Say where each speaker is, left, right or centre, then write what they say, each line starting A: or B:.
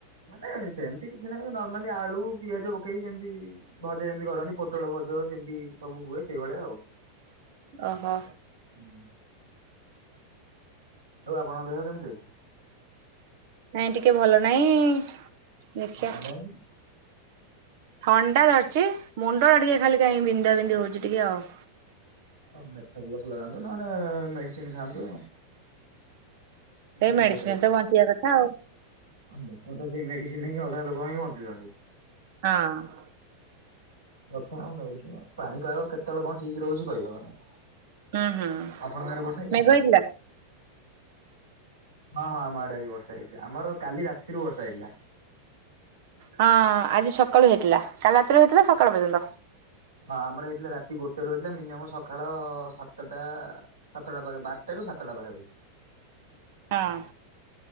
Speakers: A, on the right; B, on the right.
A: ମାନେ ସେମିତି କିଛି ନାହିଁ ନର୍ମାଲି ଆଳୁ ପିଆଜ ପକେଇକି ଯେମିତି ଭଜା ଯେମିତି କରନ୍ତିି ପୋଟଳ ଭଜ ଯେମିତି ସବୁ ହୁଏ ସେଇଭଳିଆ ଆଉ।
B: ଓହୋ।
A: ହୁଁ। ଆଉ ଆପଣଙ୍କ ଦେହ କେମିତି ଅଛି?
B: ନାଇଁ ଟିକେ ଭଲ ନାଇଁ ଦେଖିଆ
A: କଣ ଥଣ୍ଡା ହେଇଚିକି?
B: ଥଣ୍ଡା ଧରିଚି ମୁଣ୍ଡଟା ଟିକେ ଖାଲି କାହିଁ ବିନ୍ଧା ବିନ୍ଧି ହଉଚି ଟିକେ ଆଉ।
A: ଅ ମେଥପ୍ଲସ୍ ଲଗାନ୍ତୁ ନହେଲେ ମେଡ଼ିସିନ୍ ଖାଆନ୍ତୁ। ପେନ୍
B: ସେଇ
A: କିଲର
B: ମେଡିସିନରେତ ବଞ୍ଚିବା କଥା ଆଉ।
A: ଆ ଲୋକତ ସେଇ ମେଡ଼ିସିନ୍ ନେଇକି ଅଧା ଲୋକ ହିଁ ବଞ୍ଚୁଚନ୍ତି।
B: ହଁ।
A: କଥା ମେଡ଼ିସିନ୍ ପାଣି ପାଗ କେତେବେଳେ କଣ ଠିକ୍ ରହୁଚି କହିହେବ ନାହିଁ।
B: ହୁଁ ହୁଁ
A: ଆପଣଙ୍କ ଆଡ଼େ ବର୍ଷା ହେଇଚିନା?
B: ମେଘ ହେଇଥିଲା?
A: ହଁ ହଁ ଆମ ଆଡ଼େ ଆଜି ବର୍ଷା ହେଇଚି, ଆମର କାଲି ରାତିରୁ ବର୍ଷା ହେଇଥିଲା।
B: ହଁ ଆଜି ସକାଳୁ ହେଇଥିଲା କାଲି ରାତିରୁ ହେଇଥିଲା ସକାଳୁ ପର୍ଯ୍ୟନ୍ତ।
A: ହଁ ଆମର ହେଇଥିଲା ରାତି ଗୋଟେରୁ ହେଇଥିଲା ମିନିମମ୍ ସକାଳ ସାତଟା ସାତଟା ପାଖି ବାରଟାରୁ ସାତଟା ପାଖାପାଖି।
B: ହଁ।